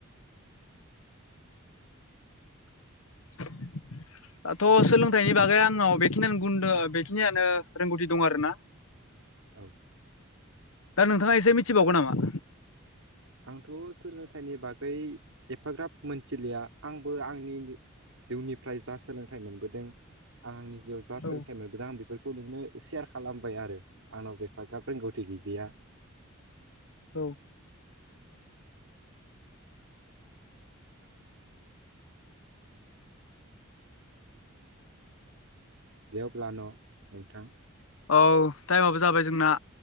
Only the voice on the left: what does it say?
<unintelligible> दाथ' सोलोंथाइनि बागै आंनाव बेखिनियानो गुन दोङो बेखिनियानो रोंगौथि दं आरो ना
दा नोंथाङा एसे मिथिबावगौ नामा?
औ
औ
औ टाइमाबो जाबाय जोंना।